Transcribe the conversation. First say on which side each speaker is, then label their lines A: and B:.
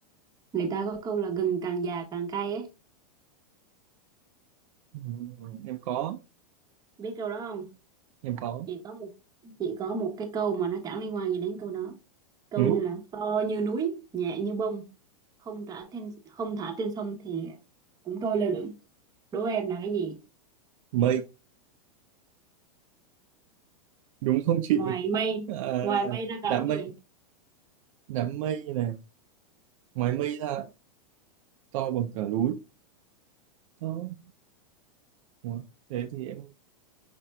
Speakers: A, on the right; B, on the right.
A: người ta có câu là gừng càng già càng cay ấy.
B: Ừ, em có
A: Biết câu đó không?
B: em có
A: Chỉ có một chỉ có một cái câu mà nó chẳng liên quan gì đến câu đó. Câu
B: ừ,
A: như là to như núi, nhẹ như bông, không thả trên không thả trên sông thì cũng trôi lơ lửng. Đố em là cái gì?
B: mây đúng không chị
A: Ngoài
B: <laughs>
A: mây,
B: Ờ,
A: ngoài mây ra
B: đám
A: còn cái gì?
B: mây đám mây này ngoài mây ra to bằng cả núi đó đó. thế thì em